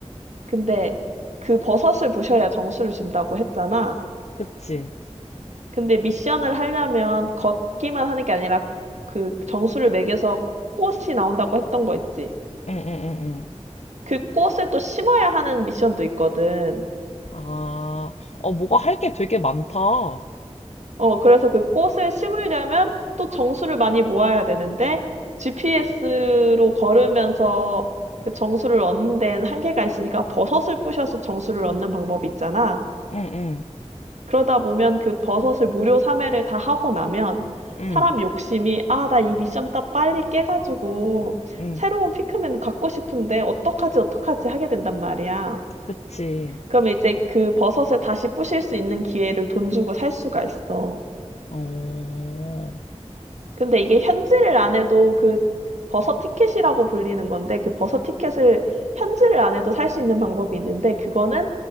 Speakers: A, on the right; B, on the left.
A: 근데 그 버섯을 부셔야 정수를 준다고 했잖아.
B: 그치.
A: 근데 미션을 하려면 걷기만 하는 게 아니라 그 정수를 매겨서 꽃이 나온다고 했던 거 있지.
B: 응, 응, 응, 응.
A: 그 꽃을 또 심어야 하는 미션도 있거든.
B: 아, 어, 뭐가 할게 되게 많다. 어,
A: 어, 그래서 그 꽃을 심으려면 또 정수를 많이 모아야 되는데 GPS로 걸으면서 그 정수를 얻는 데는 한계가 있으니까 버섯을 부셔서 정수를 얻는 방법이 있잖아.
B: 응, 응,
A: 그러다 보면 그 버섯을 무료 3회를 다 하고 나면
B: 응,
A: 사람 욕심이 아, 나 이 미션 딱 빨리 깨가지고
B: 응.
A: 새로운 피크맨 갖고 싶은데 어떡하지 어떡하지 하게 된단 말이야.
B: 그치.
A: 그러면 이제 그 버섯을 다시 부실 수 있는 기회를 돈 주고 살 수가 있어.
B: 어,
A: 근데 이게 현질을 안 해도 그 버섯 티켓이라고 불리는 건데 그 버섯 티켓을 현질을 안 해도 살 수 있는 방법이 있는데 그거는